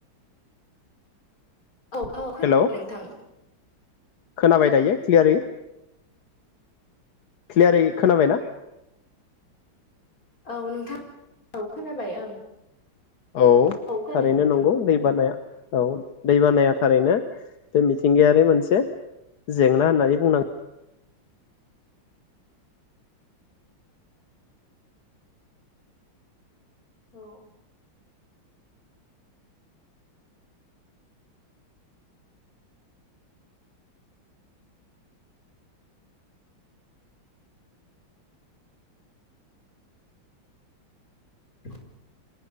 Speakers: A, on the left; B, on the left.
A: औ औ खोनादों
B: हेलौ
A: नोंथां।
B: खोनाबाय दायो क्लियारै क्लियारै खोनाबाय ना?
A: औ नोंथां औ खोनाबाय ओं।
B: औ
A: खोनादों
B: थारैनो
A: नोंथां
B: नंगौ दै बानाया औ दै बानाया थारैनो बे मिथिंगायारि मोनसे जेंना होननानै बुंनां
A: औ <inaudible>